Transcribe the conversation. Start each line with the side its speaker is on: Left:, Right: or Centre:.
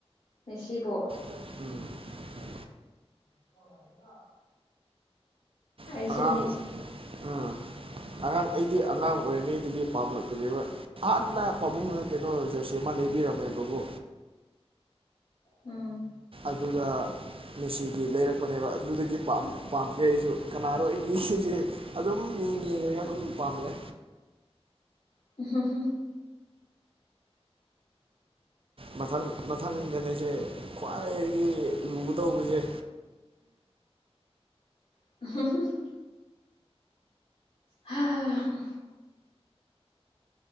Left: ꯃꯦꯁꯤꯕꯣ꯫
Right: ꯎꯝ꫰
Left: <unintelligible> ꯑꯩꯁꯨꯅꯤ
Right: ꯑꯉꯥꯡ꫰꫰
Left: <inaudible>
Right: ꯎꯝ ꯑꯉꯥꯡ ꯑꯩꯗꯤ ꯑꯉꯥꯡ ꯑꯣꯏꯔꯤꯉꯩꯗꯒꯤ ꯄꯥꯝꯂꯛꯄꯅꯦꯕ꯫ ꯍꯍꯥꯟꯅ ꯄꯥꯕꯨꯡꯅ ꯀꯩꯅꯣꯖꯔꯁꯤ ꯑꯃ ꯂꯩꯕꯤꯔꯝꯃꯦꯕꯀꯣ꯫
Left: ꯎꯝ꯫
Right: ꯑꯗꯨꯒ꯫ ꯃꯦꯁꯤꯒꯤ ꯂꯩꯔꯛꯄꯅꯦꯕ ꯑꯗꯨꯗꯒꯤ ꯄꯥꯝ ꯄꯥꯝꯗ꯭ꯔꯦ ꯑꯩꯁꯨ ꯀꯅꯥꯔꯣ ꯑꯩꯒꯤꯁꯤꯁꯦ꯫ ꯑꯗꯨꯝ ꯌꯦꯡ ꯌꯦꯡꯉꯒ ꯑꯗꯨꯝ ꯄꯥꯝꯂꯦ꫰꫰
Left: <unintelligible>
Right: ꯃꯊꯪ ꯃꯊꯪꯗꯅꯦꯁꯦ ꯈ꯭ꯋꯥꯏꯗꯒꯤ ꯂꯨꯗꯧꯕꯁꯦ꯫
Left: <unintelligible> ꯍꯥꯥ ꯍꯨꯝ꯫